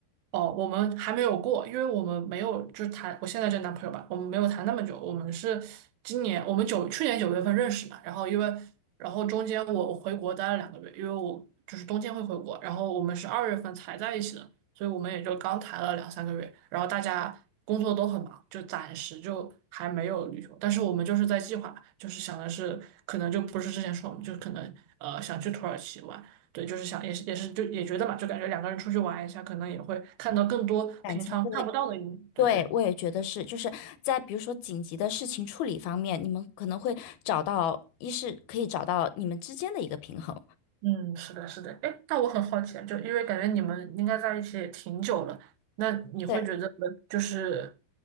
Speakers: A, on the right (about 80°); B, on the left (about 75°).
A: 哦，我们还没有过，因为我们没有就是谈我现在这男朋友吧，我们没有谈那么久，我们是今年我们九去年九月份认识嘛，然后因为然后中间我回国待了两个月，因为我就是冬天会回国，然后我们是二月份才在一起的，所以我们也就刚谈了两三个月，然后大家工作都很忙，就暂时就还没有旅游，但是我们就是在计划，就是想的是可能就不是之前说我们就可能呃想去土耳其玩。对，就是想也是也是就也觉得嘛，就感觉两个人出去玩一下，可能也会看到更多平常看不到的一面对，
B: 感情会？对，我也觉得是，就是在比如说紧急的事情处理方面，你们可能会找到，一是可以找到你们之间的一个平衡。
A: 嗯，是的，是的。哎，那我很好奇啊，就因为感觉你们应该在一起也挺久了，那你会觉得就是
B: 对，